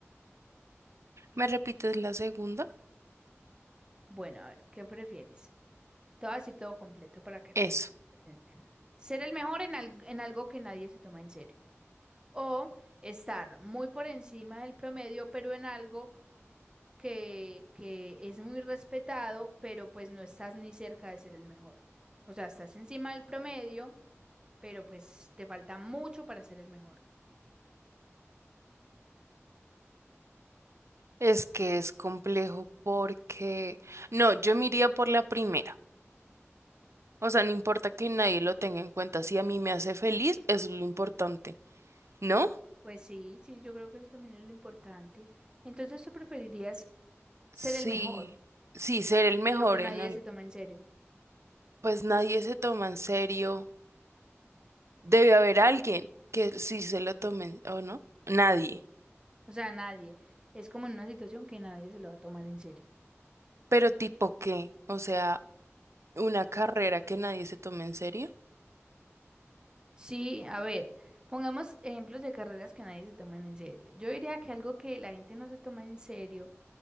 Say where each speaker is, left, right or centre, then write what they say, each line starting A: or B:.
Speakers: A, on the right; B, on the right.
A: ¿Me repites la segunda?
B: Bueno, a ver, ¿qué prefieres? Todo así, todo completo para que
A: Eso.
B: tengas presente. Ser el mejor en, al- en algo que nadie se toma en serio. o estar muy por encima del promedio, pero en algo que, que es muy respetado, pero pues no estás ni cerca de ser el mejor. O sea, estás encima del promedio, pero pues te falta mucho para ser el mejor.
A: Es que es complejo porque, no, yo me iría por la primera. O sea, no importa que nadie lo tenga en cuenta. Si a mí me hace feliz, eso es lo importante, ¿no?
B: Pues sí, sí, yo creo que eso también es lo importante. Entonces, ¿tú preferirías ser
A: Sí,
B: el mejor
A: sí, ser el mejor
B: en lo que nadie
A: en el...
B: se toma en serio?
A: Pues nadie se toma en serio. Debe haber alguien que sí se lo tome, ¿o no? Nadie.
B: O sea, nadie. Es como en una situación que nadie se lo va a tomar en serio.
A: Pero tipo qué? O sea, una carrera que nadie se tome en serio.
B: Sí, a ver, pongamos ejemplos de carreras que nadie se toman en serio. Yo diría que algo que la gente no se toma en serio